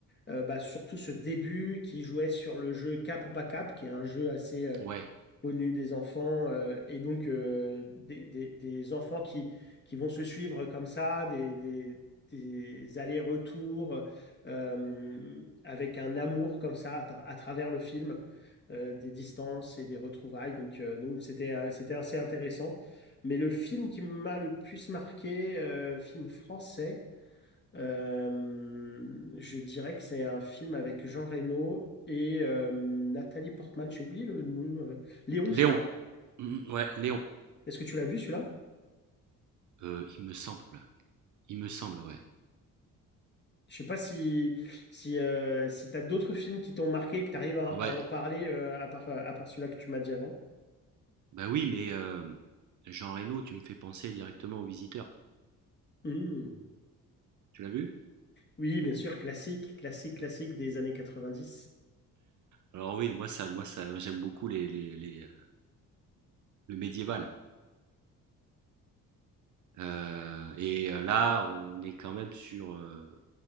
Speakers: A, on the left; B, on the right.
A: euh, bah, surtout ce début qui jouait sur le jeu Cap ou pas Cap, qui est un jeu assez euh,
B: Ouais.
A: connu des enfants, euh, et donc euh, des, des- des enfants qui, qui vont se suivre comme ça, des, des- des allers-retours euh, avec un amour comme ça à, tra- à travers le film, euh, des distances et des retrouvailles. Donc, euh, donc c'était, euh, c'était assez intéressant. Mais le film qui m'a le plus marqué, euh, film français, euh, je dirais que c'est un film avec Jean Reno et euh, Nathalie Portman. J'ai oublié le nom. euh, Léon,
B: Léon.
A: je crois.
B: Mhm, ouais, Léon.
A: Est-ce que tu l'as vu celui-là?
B: Euh, il me semble. Il me semble, ouais.
A: Je sais pas si, si, euh, si tu as d'autres films qui t'ont marqué, que tu arrives à,
B: Oh,
A: à
B: Ouais.
A: en parler euh, à part, euh, à part celui-là que tu m'as dit avant.
B: Bah oui, mais euh, Jean Reno, tu me fais penser directement aux visiteurs.
A: Hmm.
B: Tu l'as vu?
A: Oui, bien sûr, classique, classique, classique des années quatre-vingt-dix.
B: Alors oui, moi ça moi ça j'aime beaucoup les, les, les, euh, le médiéval. Heu et heu, là, on est quand même sur, heu,